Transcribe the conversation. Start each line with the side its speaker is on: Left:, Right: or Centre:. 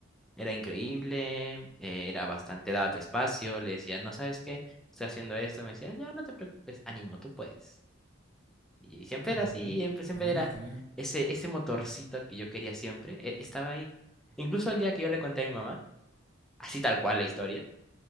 Centre: Era increíble, eh, era bastante dado tu espacio. Le decía, no sabes qué, estoy haciendo esto. Me decía, ya, no te preocupes, ánimo, tú puedes. Y, siempre
Right: Ujú,
Centre: era así, siempre, siempre
Right: Está bien,
Centre: era
Right: está bien.
Centre: ese, ese motorcito que yo quería siempre, e- estaba ahí. Incluso el día que yo le conté a mi mamá, así tal cual la historia,